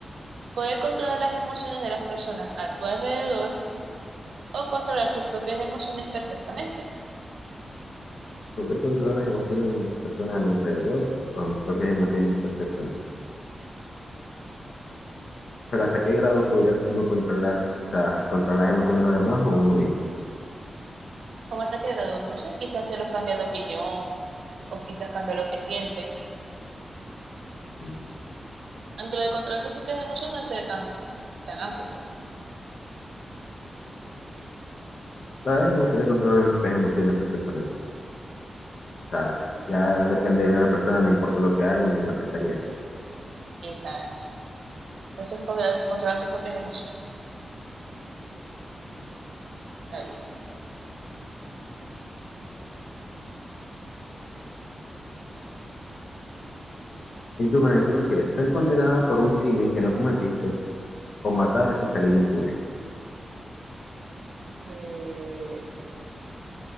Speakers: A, on the right; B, on the left.
A: ¿Poder controlar las emociones de las personas a tu alrededor o controlar tus propias emociones perfectamente?
B: Poder controlar las emociones de las personas a mi alrededor o mis propias emociones perfectamente. Pero ¿hasta qué grado podría uno controlar, o sea, controlar las emociones de los demás o uno mismo?
A: Como hasta qué grado, no sé, quizás hacerlos cambiar de opinión o quizás cambiar lo que sienten.
B: Mm.
A: Aunque lo de controlar tus propias emociones no sea tan, tan amplio, pues.
B: La verdad es que me gustaría controlar mis propias emociones perfectamente. O sea, ya depende de la persona, no importa lo que hagan, no me afectaría.
A: Exacto. Entonces, controlar, controlar tus propias emociones. Está bien.
B: ¿Y tú, Manuel, qué prefieres? ¿Ser condenada por un crimen que no cometiste o matar y salir impune?
A: Eh,